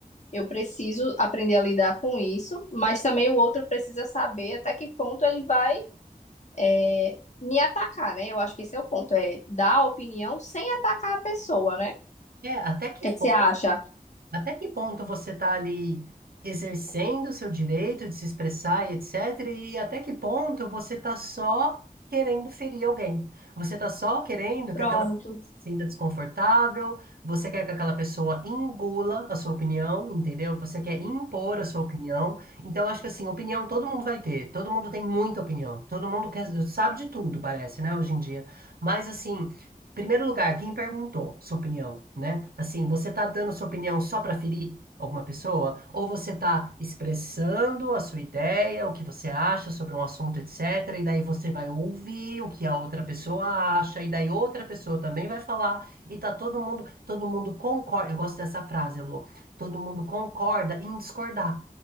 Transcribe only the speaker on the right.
É, até que
ponto,
até que ponto você está ali exercendo o seu direito de se expressar e etc. E até que ponto você está só querendo ferir alguém. Você está só querendo
que aquela pessoa se sinta desconfortável, você quer que aquela pessoa engula a sua opinião, entendeu? Você quer impor a sua opinião. Então, acho que assim, opinião todo mundo vai ter, todo mundo tem muita opinião, todo mundo quer, sabe de tudo, parece, né, hoje em dia. Mas assim. Primeiro lugar, quem perguntou sua opinião, né? Assim, você tá dando sua opinião só para ferir alguma pessoa? Ou você tá expressando a sua ideia, o que você acha sobre um assunto, etc. E daí você vai ouvir o que a outra pessoa acha, e daí outra pessoa também vai falar, e tá todo mundo, todo mundo concorda. Eu gosto dessa frase, Lu. Todo mundo concorda em discordar.